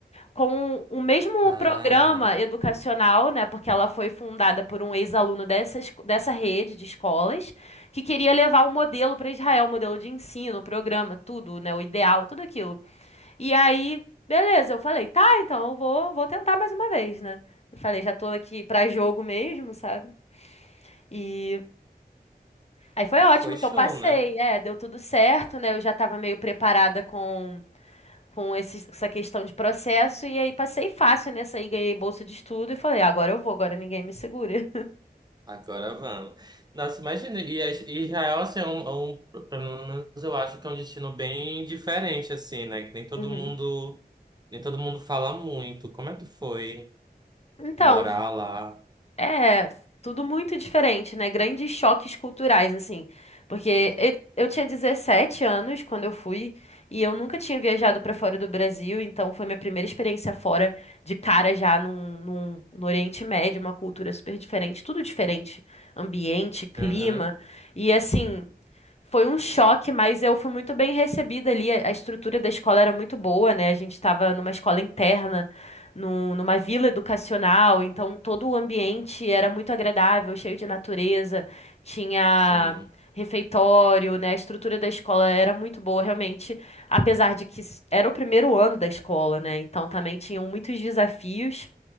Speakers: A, on the left; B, on the right.
A: com o mesmo
B: Ah,
A: programa educacional, né, porque ela foi fundada por um ex-aluno dessa, esco- dessa rede de escolas, que queria levar o modelo para Israel, o modelo de ensino, o programa, tudo, né, o ideal, tudo aquilo. E aí, beleza, eu falei, tá, então eu vou, vou tentar mais uma vez, né? Eu falei, já tô aqui para jogo mesmo, sabe? E aí foi
B: e
A: ótimo
B: foi
A: que
B: show,
A: eu passei,
B: né?
A: é, deu tudo certo, né? Eu já tava meio preparada com com esse- essa questão de processo e aí passei fácil nessa aí, ganhei bolsa de estudo e falei, "Ah, agora eu vou, agora ninguém me segura.
B: Agora vamos. Nossa, imagina, e a- e Israel, assim, é um, é um- pelo menos eu acho que é um destino bem diferente, assim, né? Que nem todo
A: Uhum.
B: mundo, nem todo mundo fala muito. Como é que foi
A: Então,
B: morar
A: f-
B: lá?
A: é tudo muito diferente, né? Grandes choques culturais, assim. Porque eu, eu tinha 17 anos quando eu fui e eu nunca tinha viajado para fora do Brasil, então foi minha primeira experiência fora de cara já num, num- no Oriente Médio, uma cultura super diferente, tudo diferente, ambiente, clima.
B: Aham,
A: E assim. Foi um choque, mas eu fui muito bem recebida ali. A a estrutura da escola era muito boa, né? A gente estava numa escola interna, num- numa vila educacional, então todo o ambiente era muito agradável, cheio de natureza, tinha
B: sim.
A: refeitório, né? A estrutura da escola era muito boa, realmente, apesar de que s- era o primeiro ano da escola, né? Então também tinham muitos desafios.